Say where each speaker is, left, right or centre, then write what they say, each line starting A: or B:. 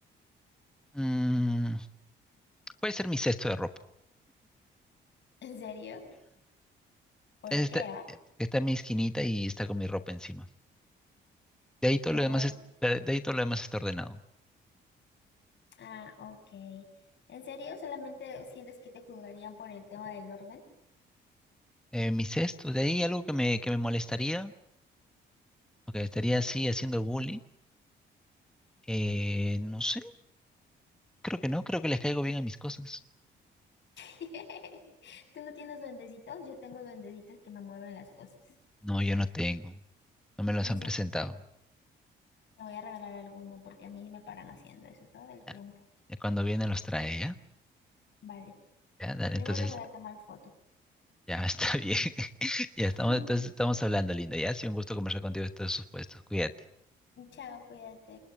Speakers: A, in the centre; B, on the left.
A: mm, puede ser mi cesto de ropa.
B: ¿En serio? ¿Por
A: Está,
B: qué, ah?
A: está en mi esquinita y está con mi ropa encima. De ahí todo
B: Pero
A: lo demás es- de ahí todo lo demás está ordenado.
B: Ah, ok. ¿En serio? ¿Solamente sientes que te juzgarían por el tema del orden?
A: Eh, mis esto, de ahí algo que me, que me molestaría, o que estaría así haciendo bullying, eh, no sé, creo que no, creo que les caigo bien a mis cosas.
B: <laughs> ¿Tú no tienes duendecitos? Yo tengo duendecitos que me mueven las cosas.
A: No, yo no tengo, no me los
B: En
A: han
B: serio,
A: presentado.
B: te voy a regalar alguno porque a mí me paran haciendo eso todo el tiempo.
A: Ya, ya cuando vienen los trae, ¿ya?
B: Vale.
A: Ya, dale,
B: Primero
A: entonces,
B: les voy a tomar foto.
A: ya <laughs> está bien. <laughs> Ya
B: <laughs>
A: estamos, entonces estamos hablando, lindo, ya, ha sido un gusto conversar contigo de estos supuestos, cuídate.
B: Chao, cuídate.